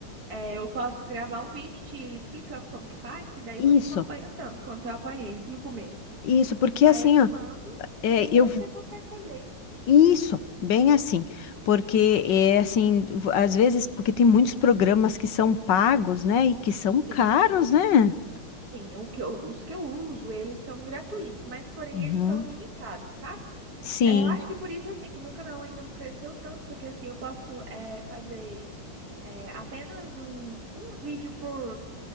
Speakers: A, on the right (about 45°); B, on the left (about 60°).
A: É, eu posso gravar um vídeo te explicando como que faz, que daí
B: isso,
A: você não apanha tanto quanto eu apanhei no começo.
B: isso, porque
A: Aí
B: assim,
A: eu te
B: ó,
A: mando e
B: é,
A: aí
B: eu,
A: você
B: vi-
A: consegue fazer.
B: isso, bem assim, porque é assim, v- às vezes,
A: Uhum.
B: porque tem muitos programas que são pagos, né, e que são caros,
A: Tem,
B: né?
A: tem. O que eu- os que eu uso, eles são gratuitos, mas porém
B: Uhum.
A: eles são limitados, sabe?
B: Sim,
A: É, eu acho que por isso, assim, que o meu canal ainda não cresceu tanto, porque assim, eu posso é, fazer é, apenas um, um vídeo por